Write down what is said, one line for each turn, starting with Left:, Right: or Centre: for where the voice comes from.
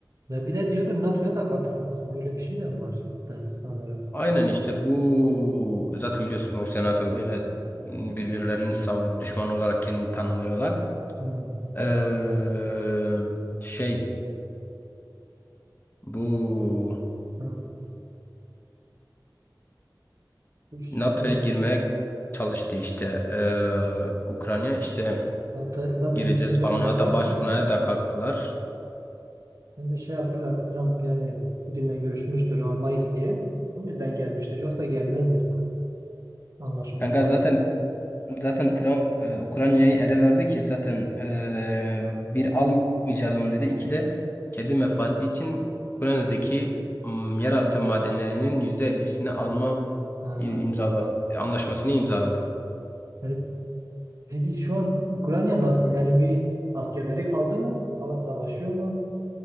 Right: ya bir de diyordu NATO'ya da katılmasın. Öyle bir şey de mi var da sanırım.
Left: Aynen işte bu zaten biliyorsun Rusya NATO böyle birbirlerinin sav- düşman olarak kendini tanımlıyorlar.
Right: Hı,
Left: Ee, şey bu
Right: hı. Üç-
Left: NATO'ya
Right: e,
Left: girmeye çalıştı işte ee, Ukrayna işte
Right: hatta zaten
Left: gireceğiz
Right: izin vermedi
Left: falan hatta
Right: gene.
Left: başvurmaya da kalktılar.
Right: Ben de şey yaptılar Trump yani Putin'le görüşmüştür almayız diye. O yüzden gelmiştir. Yoksa gelmezdi anlaşmaya
Left: Kanka
Right: falan.
Left: zaten Zaten Trump e, Ukrayna'yı ele verdi ki zaten e, bir almayacağız onu dedi. İki de kendi menfaati için Ukrayna'daki m, yeraltı madenlerinin %50'sini alma
Right: Ha.
Left: im- imzaladı, anlaşmasını imzaladı.
Right: Yani peki şu an Ukrayna nasıl? Yani bir askerleri kaldı mı? Hava savaşıyor mu?